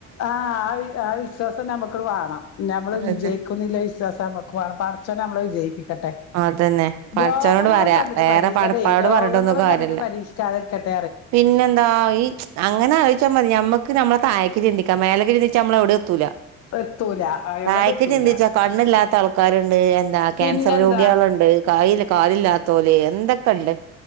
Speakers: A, on the left; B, on the right.
A: ആഹ് ആ വി ആ വിശ്വാസം നമ്മക്ക് വാണം നമ്മള്
B: അതന്നെ
A: വിജയിക്കുന്നില്ല വിശ്വാസം നമ്മുക്ക് വാണം പഠ് ച്ചോൻ ഞമ്മള വിജയിപ്പി ക്കട്ടെ.
B: അതന്നെ പടച്ചോനോട്
A: രോഗങ്ങളും
B: പറയാ
A: തന്നിട്ട്
B: വേറെ
A: പരീ
B: പടപ്പാനോട്
A: അല്ലെ രോഗങ്ങളും
B: പറഞ്ഞിട്ടൊന്നും കാര്യല്ല
A: തന്നിട്ട് പരീക്ഷിക്കാതെരക്കട്ടെ
B: പിന്നെന്താ ഈ അങ്ങനെ അലോയ്ച്ചാ മതി ഞമ്മ ക്ക് ഞമ്മള താഴേക്ക് ചിന്തിക്കാ മേലേക്ക് ചിന്തിച്ചാ നമ്മളെവിടെ എത്തൂല്ല
A: എത്തൂല എവിടെ
B: തായക്ക്
A: എത്തൂല
B: ചിന്തിച്ച കണ്ണില്ലാത്ത ആൾക്കാര്ണ്ട് എന്താ ക്യാൻ
A: പിന്നെന്താ
B: സർ രോഗിയേളുണ്ട് കായി ൽ കാലില്ലാത്തോല് എന്തൊക്കെണ്ട്